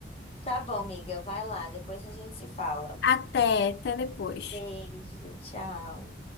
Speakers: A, on the left; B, on the left.
A: Tá bom, amiga, vai lá, depois a gente se fala.
B: Até, até depois.
A: Beijo, tchau.